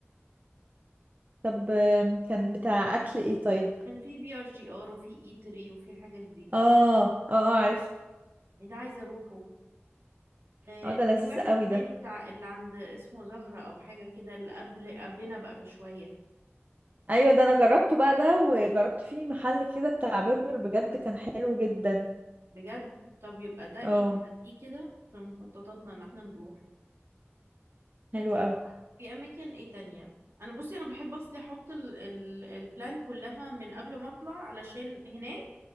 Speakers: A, on the right; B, on the right.
A: طب آم، كان بتاع اكل ايه طيب
B: كان في بي ار جي ار وفي ايتري وفي الحاجات دي
A: اه اه اه عرفته
B: يعني ده عايزه اروحه آه،
A: اه ده
B: في
A: لذيذ
B: واحد
A: قوي ده
B: تاني بتاع اللي عند اسمه زهرة او حاجة كده اللي قبل قبلنا بقى بشوية
A: ايوه ده انا جربته بقى ده وجربت فيه محل كده بتاع برجر بجد كان حلو جدا
B: بجد طب يبقى ده ايه
A: اه
B: خليه كده في مخططاتنا ان احنا نروح
A: حلو قوي
B: في اماكن ايه تانية انا بصي انا بحب اصلي احط ال ال البلان كلها من قبل ما اطلع علشان هناك